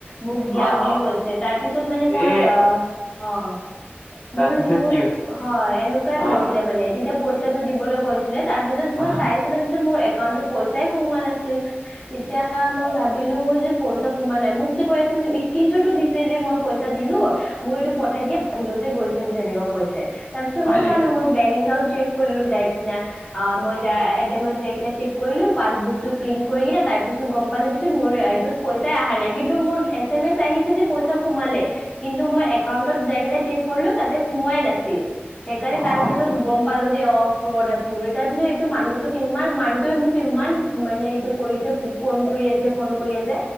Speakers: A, on the left; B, on the left.
A: মোক দিয়া
B: হয় অ'
A: বুলি
B: অ'
A: কৈছে তাৰ পিছত মানে মই
B: এ
A: আহ অ
B: তাৰপিছত
A: মোৰ মোৰ
B: কি
A: হয় এনেকুৱাই
B: অ'
A: হৈছিলে মানে তেতিয়া পইচাটো দিবলৈ কৈছিলে। তাৰ পিছত
B: অ'
A: মই চাইছিলো তাতেটো মোৰ একাউন্টত পইচাই সোমোৱা নাছিল। তেতিয়া মই ভাব ভাবিলো যে পইচা সোমা নাই মোক যে কৈ আছিল যে স্কনশ্বতো দিছে যে মই পইচা দিলো। মোক এইটো পঠাই দিয়া ভুলতে গৈছে বুলি এনেকুৱা কৈছে। তাৰ পিছত
B: হয়
A: মই
B: নেকি
A: চালো, বেংক একাউণ্ট চেক কৰিলো যায় কিনা। আহ মই যে যাই এ টি এমে অত চেক কৰিলো পাছবুক টো প্ৰিন্ট কৰি কিনে তাৰ পিছত গম পালো যদি মোৰ এইটোত পইচাই অহা নাই কিন্তু মোৰ এ এম এছ আহি যে পইচা সোমালে, কিন্তু মই একাউণ্টত যাই কিনে চেক‌ কৰিলো তাত সোমোৱাই নাছিল। সেইকাৰণে
B: অ'
A: তাৰ পিছত গম পালো যে অ ফ্ৰড আছিল বুলি তাৰ পিছত এইটো মানুহটোক ইমান মানুহটোৱে মোক ইমান? মানে এইটো কৰিছে ফোন কৰি আছে ফোন কৰি আছে